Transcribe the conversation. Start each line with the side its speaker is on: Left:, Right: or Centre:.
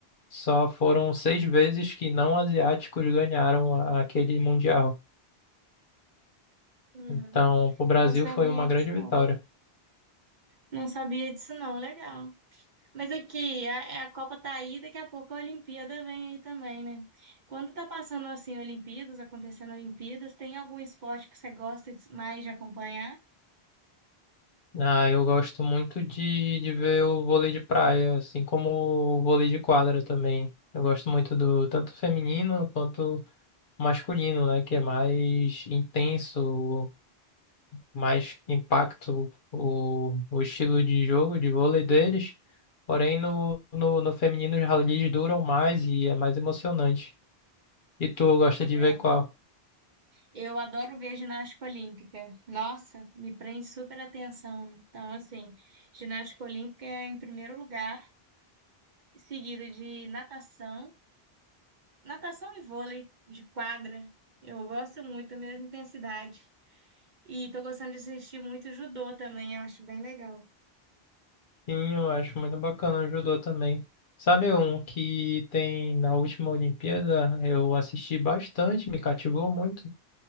Left: só foram seis vezes que não asiáticos ganharam a- aquele mundial.
Right: Não,
Left: Então, para o Brasil
Right: não sabia
Left: foi uma grande
Right: disso, não.
Left: vitória.
Right: Não sabia disso, não. Legal. Mas aqui, a, a Copa tá aí, daqui a pouco a Olimpíada vem aí também, né? Quando tá passando assim, Olimpíadas, acontecendo Olimpíadas, tem algum esporte que você gosta de- mais de acompanhar?
Left: Ah, eu gosto muito de, de ver o vôlei de praia, assim como o vôlei de quadra também. Eu gosto muito do tanto feminino quanto masculino, né, que é mais intenso, mais impacto o, o estilo de jogo de vôlei deles. Porém, no, no, no feminino, os rallies duram mais e é mais emocionante. E tu gosta de
Right: É.
Left: ver qual?
Right: Eu adoro ver ginástica olímpica. Nossa, me prende super atenção. Então, assim, ginástica olímpica é em primeiro lugar, seguida de natação, natação e vôlei de quadra. Eu gosto muito, a mesma intensidade. E tô gostando de assistir muito judô também, eu acho bem legal.
Left: Sim, eu acho muito bacana o judô também. Sabe um que tem na última Olimpíada? Eu assisti bastante, me cativou muito.